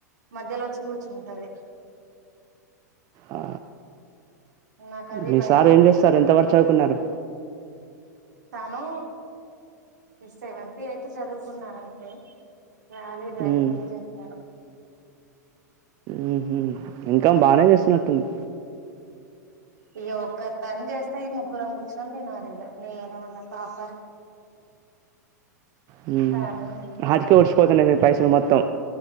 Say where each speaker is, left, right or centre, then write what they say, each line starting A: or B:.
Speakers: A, on the right; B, on the right.
A: మధ్యలో ఒచ్చి కూర్చుంటది.
B: ఆ,
A: నాకు అది
B: మీ
A: భయము
B: సార్ ఏం చేస్తారు ఎంత వరక్ చదువ్ కున్నారు.
A: తను సెవెంత్ ఎయిత్ చదువుకున్నారంతే ఇంగ రాలీ డ్రైవింగు
B: మ్మ్.
A: జేస్తారు.
B: మ్మ్హ్మ్. ఇన్కమ్ బానే చేస్తున్నట్టుంద్
A: ఇక ఒక్క తన్ చేస్తె ఈ ముగ్గురం కూర్చొని తినాలి. ఇగ నేను నా పాప
B: హ్మ్
A: తను
B: ఆటికే ఒడ్చిపోతన్నయ్ మీ పైసలు మొత్తం